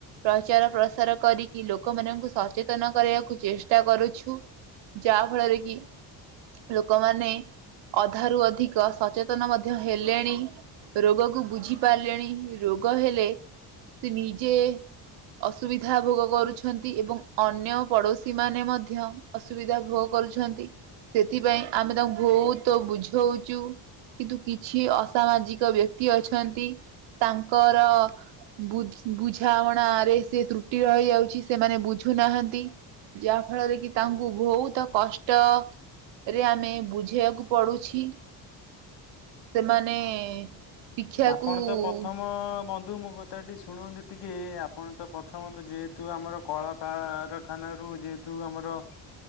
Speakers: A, on the right; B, on the left.
A: ପ୍ରଚାର ପ୍ରସାର କରିକି ଲୋକମାନଙ୍କୁ ସଚେ ତନ କରିବାକୁ ଚେଷ୍ଟା କରୁଛୁ ଯାହା ଫଳରେ କି ଲୋକମାନେ ଅଧାରୁ ଅଧିକ ସଚେତନ ମଧ୍ୟ ହେଲେଣି। ରୋଗ କୁ ବୁଝିପାରିଲେଣି ରୋଗ ହେଲେ ସେ ନିଜେ ଅସୁବିଧା ଭୋଗ କରୁଛନ୍ତି ଏବଂ ଅନ୍ୟ ପଡୋଶୀ ମାନେ ମଧ୍ୟ ଅସୁବିଧା ଭୋଗ କରୁଛନ୍ତି, ସେଥିପାଇଁ ଆମେ ତାଙ୍କୁ ଭୋହୁତ ବୁଝୋଉଛୁ। କିନ୍ତୁ କିଛି ଅସାମାଜିକ ବ୍ୟକ୍ତି ଅଛନ୍ତି ତାଙ୍କର ବୁ ବୁଝାମଣା ରେ ସେ ତ୍ରୁଟି ରହିଯାଉଛି, ସେମାନେ ବୁଝୁନାହାନ୍ତି। ଯାହା ଫଳରେ କି ତାଙ୍କୁ ଭୋହୁତ କଷ୍ଟ ରେ ଆମେ ବୁଝେଇବାକୁ ପଡୁଛି ସେମାନେ ଶିକ୍ଷାକୁ
B: ଆପଣ ତ ପ୍ରଥମ ମ ବନ୍ଧୁ ମୋ କଥା ଟି ଶୁଣନ୍ତୁ ଟିକେ, ଆପଣ ତ ପ୍ରଥମ ତ ଯେହେତୁ ଆମର କଳକାରଖାନାରୁ ଯେହେତୁ ଆମର